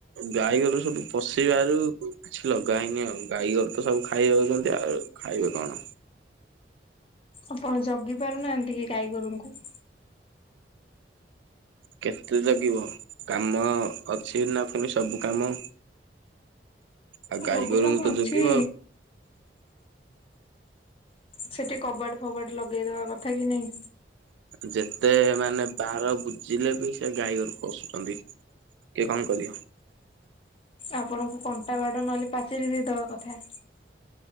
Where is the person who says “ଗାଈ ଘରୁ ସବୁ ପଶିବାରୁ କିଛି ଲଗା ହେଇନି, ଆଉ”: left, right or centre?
Right